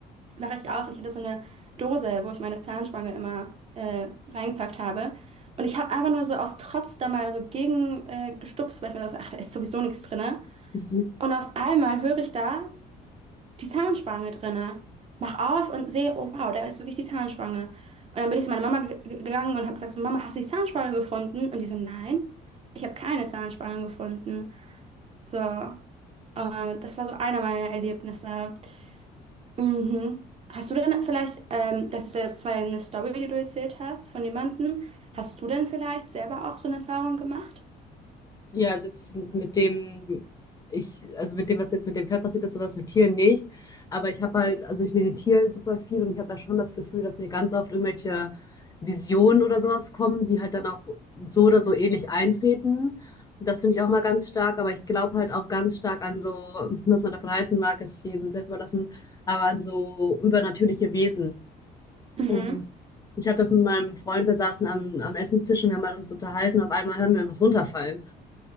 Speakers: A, on the right (about 35°); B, on the left (about 20°).
A: wache ich auf und ich hatte so eine Dose, wo ich meine Zahnspange immer äh, reingepackt habe. Und ich habe einfach nur so aus Trotz da mal so gegen äh, gestupst, weil ich mir dachte, ach, da ist sowieso nichts drinne.
B: Mhm.
A: Und auf einmal höre ich da die Zahnspange drinne. Mach auf und sehe, oh wow, da ist wirklich die Zahnspange. Und dann bin ich zu meiner Mama ge- ge- gegangen und habe gesagt, so, Mama, hast du die Zahnspange gefunden? Und die so, nein, ich habe keine Zahnspange gefunden. So, äh, das war so einer meiner Erlebnisse. Mhm. Hast du denn vielleicht, ähm, das ist ja zwar eine Story, die du erzählt hast von jemandem, hast du denn vielleicht selber auch so eine Erfahrung gemacht?
B: Ja, also jetzt mit dem, ich, also mit dem, was jetzt mit dem Pferd passiert ist oder was mit Tieren nicht. Aber ich habe halt, also ich meditiere super viel und ich habe da schon das Gefühl, dass mir ganz oft irgendwelche Visionen oder sowas kommen, die halt dann auch so oder so ähnlich eintreten. Und das finde ich auch mal ganz stark, aber ich glaube halt auch ganz stark an so, was man davon halten mag, ist jedem selbst überlassen, aber an so übernatürliche Wesen.
A: Mhm.
B: Und ich hatte das mit meinem Freund, wir saßen am, am Essenstisch und wir haben halt uns unterhalten, auf einmal hören wir was runterfallen.